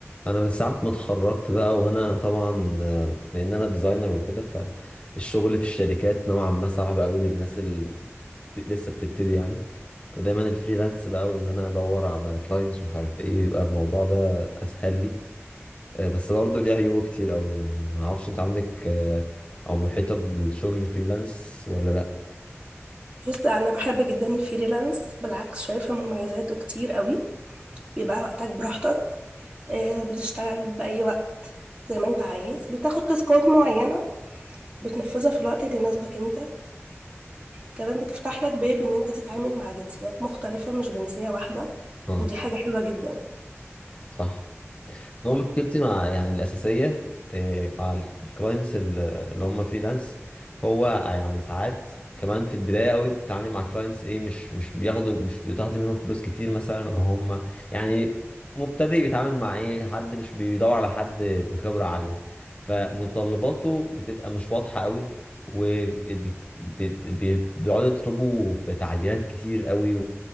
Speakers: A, on the left; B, on the right.
A: انا من ساعه ما اتخرجت بقى وانا طبعا آه، لان انا ديزاينر وكده فالشغل في الشركات نوعا ما صعب قوي للناس اللي لسه بتبتدي يعني فدايما الفريلانس بقى وان انا ادور على كلاينتس ومش عارف ايه بيبقى الموضوع ده اسهل لي آه، بس برضه ليه عيوبه كتير قوي يعني ما اعرفش انت عندك آه، او محيطه بالشغل فريلانس ولا لا
B: بص انا بحب جدا الفريلانس بالعكس شايفه مميزاته كتير قوي بيبقى وقتك براحتك آه، بتشتغل باي وقت زي ما انت عايز بتاخد تاسكات معينه بتنفذها في الوقت اللي يناسبك انت كمان بتفتح لك باب ان انت تتعامل مع جنسيات مختلفه مش جنسيه واحده
A: اه
B: ودي حاجه حلوه جدا
A: صح هو مشكلتي مع يعني الأساسية آه، مع الكلاينتس اللي هم فريلانس هو يعني ساعات كمان في البداية قوي بتتعاملي مع كلاينتس ايه مش مش بياخدوا مش بتاخدي منهم فلوس كتير مثلا او هم يعني مبتدئ بيتعامل مع ايه حد مش بيدور على حد بخبرة عالية فمتطلباته بتبقى مش واضحة قوي وبيقعدوا يطلبوا في تعديلات كتير قوي